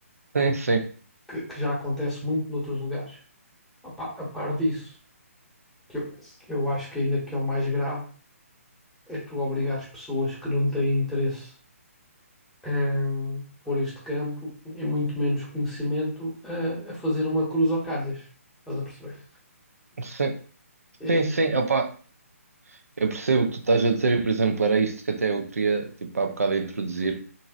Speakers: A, on the right; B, in the centre.
A: Sim,
B: que,
A: sim,
B: que- que já acontece muito noutros lugares. A pa- a par disso, que eu, que eu acho que ainda que é o mais grave, é tu obrigares pessoas que não têm interesse em, por este campo, e muito menos conhecimento, a, a fazer uma cruz ao calhas. Estás a perceber?
A: sim,
B: É,
A: sim, sim, opá, eu percebo o que tu estás a dizer e, por exemplo, era isto que até eu queria, tipo, há bocado introduzir.